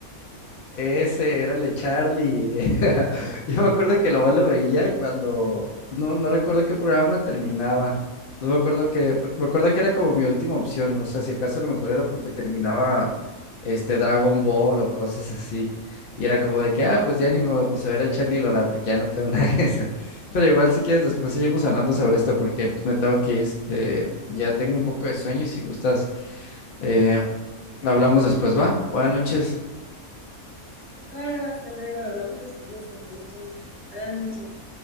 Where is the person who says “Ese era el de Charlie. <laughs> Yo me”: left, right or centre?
Left